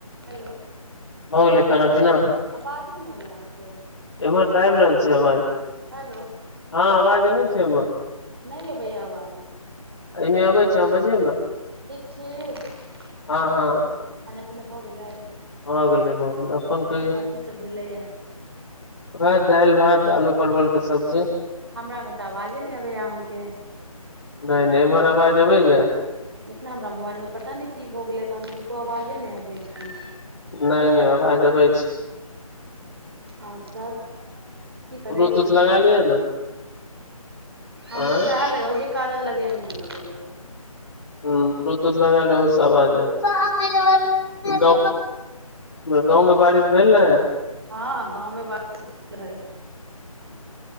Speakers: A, on the right; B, on the left.
A: Hello
B: हो गेलै खाना पीना?
A: आवाजे ने हबै यहाँके।
B: एहर तऽ आबि रहल छै आवाज।
A: हेलो
B: हँ
A: <unintelligible>
B: आवाज अबै छै हमर
A: नहि य भै आवाज
B: एहिमे अबै
A: <unintelligible>
B: छै अहाँ बजियौ ने
A: ठीक छी हँ-हँ
B: हँ हँ
A: खाना पीना भऽ गेलै?
B: भऽ गेलै, भऽ गेलै। अपनन कहियौ?
A: कथी सब भेलैए
B: वएह दालि भात आलू परवल के सब्जी।
A: हमरा मे तऽ आवाजे नहि अबैय अहाँके।
B: नहि नहि एमहर आवाज अबैय?
A: देखिना हमरा मोबाइल मे पता नहि की भ गेलै तहन किनको आवाजे नै अबै छैन।
B: नहि नहि आवाज अबै छै।
A: और सभ की करै
B: ब्लूटूथ
A: छिय?
B: लगा लिअ ने
A: हमरो
B: आंय
A: सेह लगय ओहि कारण लगय नै आबय य
B: ह ब्लूटूथ लगा लिय ओहू से अवाज <unintelligible> आयत गाँंव मे बारिश भेल ने?
A: हँ गाँव मे बारिश भेल हय।